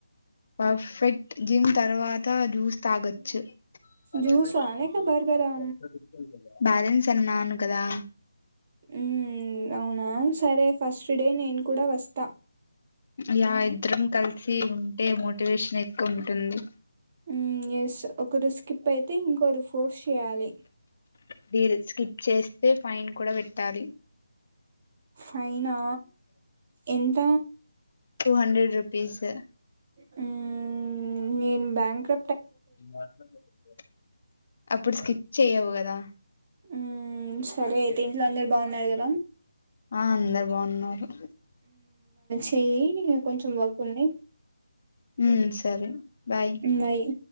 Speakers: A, on the left; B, on the right.
A: పర్ఫెక్ట్ జిమ్ తర్వాత జ్యూస్ తాగొచ్చు పని
B: జ్యూసా
A: అయిపోయిన <unintelligible>
B: లేక బర్గరా
A: తర్వాత <unintelligible> బ్యాలెన్స్ అన్నాను కదా
B: మ్మ్ అవునా సరే ఫస్ట్ డే నేను కుడ వస్తా
A: యా ఇద్దరం కలిసి ఉంటే మోటివేషన్ ఎక్కువ ఉంటుంది
B: హ్మ్ ఎస్ ఒకరు స్కిప్ అయితే ఇంకోరు ఫోర్స్ చేయాలి
A: డీల్ స్కిప్ చేస్తే ఫైన్ కూడ కట్టాలి
B: ఫైనా, ఎంత?
A: టూ హండ్రెడ్ రు పీసే
B: హ్మ్ నేను బ్యాంకర్
A: డిపార్టుమెంటు అప్పుడు స్కిప్ చెయ్యవు క దా
B: మ్మ్ సరే అయితే ఇంట్లో అందరు బాగున్నారు కదా
A: ఆ అందరు ఉన్నారు
B: చె్య కొంచెం వర్క్ ఉండే
A: అ సరే బాయ్
B: బాయ్